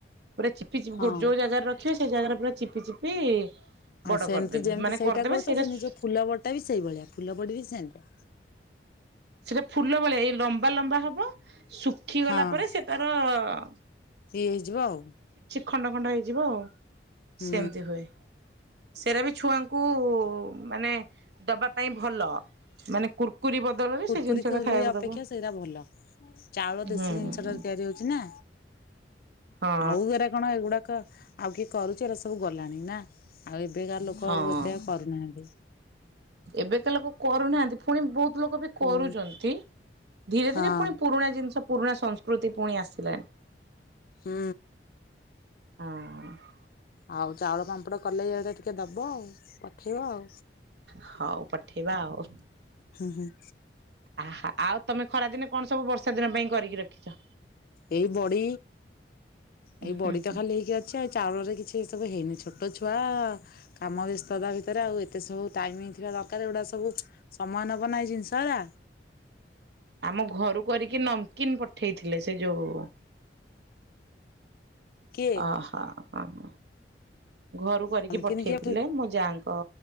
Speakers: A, on the right (about 70°); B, on the left (about 55°).
A: ପୁରା ଚିପି ଚିପି
B: ହଁ।
A: ଯୋଉ ଜାଗାରେ ରଖି ଖେ ସେଇ ଜାଗାରେ ପୁରା ଚିପି ଚିପି ବଡ
B: ଆଉ ସେମିତି
A: କରିଦେବେ
B: ଯେମିତି
A: ମାନେ
B: ସେଇଟା
A: କରିଦେବେ
B: କହୁଛ
A: ସେଇଟା
B: ସେମିତି ଯୋଉ ଫୁଲ ବଡିଟା ବି ସେଇଭଳିଆ ଫୁଲ ବଡି ବି ସେମତିଆ।
A: ସେଟା ଫୁଲ ଭଳିଆ ଏଇ ଲମ୍ବା ଲମ୍ବା ହବ ଶୁଖି
B: ହଁ
A: ଗଲା ପରେ ସେ ତାର ହଁ।
B: ଇଏ ହେଇଯିବ ଆଉ।
A: ଖଣ୍ଡ ଖଣ୍ଡ ହେଇଯିବ ଆଉ।
B: ହୁଁ
A: ସେମିତି ହୁଏ। ସେଇରା ବି ଛୁଆଙ୍କୁ ମାନେ ଦବା ପାଇଁ ଭଲ ମାନେ କୁର୍ କୁରୀ ବଦଳରେ ଜିନିଷ
B: କୁର୍ କୁରୀ
A: ଟା ଖାଇବାକୁ
B: ଅପେକ୍ଷା
A: ଦବ
B: ସେଇଟା ଭଲ ଚାଉଳ ଦେଶୀ
A: ହୁଁ।
B: ଜିନିଷଟାରେ ତିଆରି ହଉଛି ନା।
A: ହଁ
B: ଆଉ ହେରା କଣ ଏଗୁଡାକ କ ଆଉ କିଏ କରୁଛ ଏଇରା ସବୁ ଗଲାଣି ନା। ଆଉ ଏବେକା ଲୋକ
A: ହଁ
B: ଆଉ ଏତେ କରୁନାହାଁନ୍ତି।
A: ଏବେକା ଲୋକ କରୁନାହାଁନ୍ତି ଫୁଣି ବୁପ୍ ଲୋକ ବି
B: ହୁଁ
A: କରୁଛନ୍ତି ଧୀରେ
B: ହଁ
A: ଧୀରେ ପୁଣି ପୁରୁଣା ଜିନିଷ ପୁରୁଣା ସଂସ୍କୃତି ପୁଣି ଆସିଲାଣି।
B: ହୁଁ।
A: ହଁ।
B: ଆଉ ଚାଉଳ ପାମ୍ପଡ କଲେ ଇଆଡେ ଟିକେ ଦବ ଆଉ। ପଠେଇବ ଆଉ
A: ହଉ ପଠେଇବା ଆଉ।
B: ହୁଁ ହୁଁ।
A: ଆ ଆଉ ତମେ ଖରାଦିନେ କଣ ସବୁ ବର୍ଷା ଦିନ ପାଇଁ କରିକି ରଖିଛ।
B: ଏଇ ବଡି ଏଇ
A: ଉଁ
B: ବଡି
A: ହୁଁ
B: ତ
A: ହୁଁ
B: ଖାଲି ହେଇକି ଅଛି ଆ ଚାଉଳରେ କିଛି ଏ ସବୁ ହେଇନି ଛୋଟ ଛୁଆ କାମ ବ୍ୟସ୍ତତା ଭିତରେ ଆଉ ଏତେ ସବୁ ଟାଇମ ଥିବା ଦରକାର ଏଗୁଡା ସବୁ ସମୟ ନବ ନାହିଁ ଜିନିଷ ଗୁଡା।
A: ଆମ ଘରୁ କରିକି ନମକିନ ପ ଠେଇଥିଲେ ସେ ଯୋଉ
B: କିଏ
A: ଅ ହ ହ ହ। ଘରୁ କରିକି
B: ତମକିନି
A: ପଠେଇଥିଲେ
B: କିଏ
A: ମୋ ଯାଙ୍କ